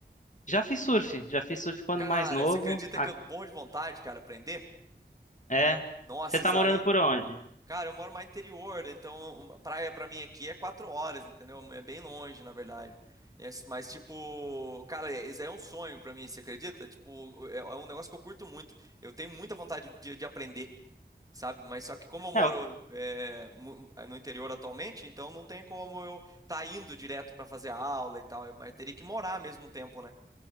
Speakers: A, on the left; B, on the right.
A: Já fiz surf, já fiz surf quando
B: Cara,
A: mais novo.
B: você acredita
A: A-
B: que eu morro de vontade, cara, aprender?
A: É.
B: Nossa,
A: Você tá
B: isso daí.
A: morando por onde?
B: Cara, eu moro mais interior, então praia pra mim aqui é quatro horas, entendeu? É bem longe, na verdade. É, Mas, tipo, cara, é, isso aí é um sonho pra mim, você acredita? Tipo, é é um negócio que eu curto muito. Eu tenho muita vontade de, de aprender, sabe? Mas só que como eu moro
A: É,
B: é, mu- é no interior atualmente, então não tem como eu tá indo direto pra fazer aula e tal. Mas teria que morar mesmo um tempo, né?